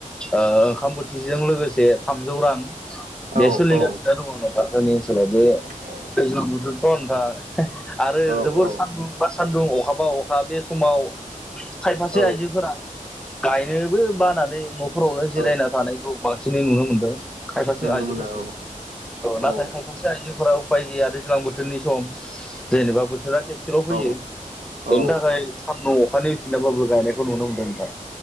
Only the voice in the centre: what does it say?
ओंखाम बोथिजों लोगोसे थामजौ रां बे
सोलिगासिनो
दङ नोंथा जोंनि ओनसोलाव बे
दैज्लां बोथोरथ नोंथां आरो
जोबोर
सान्दुं बा सान्दुं अखाबा अखा बे समाव खायफासे
आइजोफोरा गायनोबो बानानै न'फोरावनो जिरायना
थानायखौ बांसिनै नुनो मोनदों खायफासे
आइजोफोरखौ
नाथाय
खायफासे आइजो उफाय गैया दैज्लां बोथोरनि सम जेनेबा बोथोरा खेबसेल फैयो
बेनि
थाखाय सानदुं अखानायफिनाबाबो गायनायखौ नुनो मोनदों दा